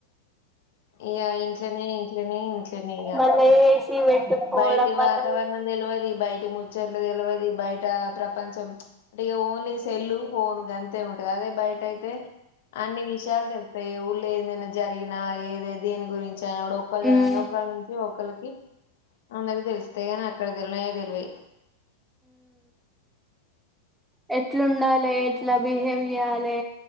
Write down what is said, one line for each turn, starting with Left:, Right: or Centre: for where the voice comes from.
Left: ఇగా ఇంట్లోనే ఇంట్లోనే ఇంట్లోనే ఇగ
Centre: మళ్ళ ఏసి పెట్టుకోవడం
Left: బయటి
Centre: వల్ల
Left: వాతవరణం తెలువది ముచ్చట్లేదు తెలువది బయట ప్రపంచం అంటే ఓన్లీ సెల్లు ఫోను గంతే ఉంటది అదే బయట అయితే అన్ని విషయాలు తెలుస్తది ఏ ఊళ్ళ ఏదైనా జరిగినా ఏద దేని గురించి చేయడు <unintelligible> ఒకల్లి
Centre: ఉమ్
Left: నుంచి ఒకల్లికి అందరికి తెలిస్తేగాని అక్కడ తెల్నే తెల్వే
Centre: ఎట్లుండాలే ఎట్లా బిహేవ్ చెయ్యాలే